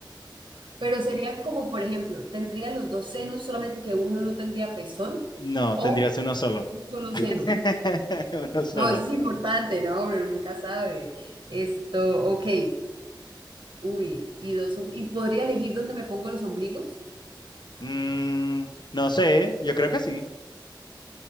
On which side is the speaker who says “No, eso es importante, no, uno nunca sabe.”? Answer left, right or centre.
Right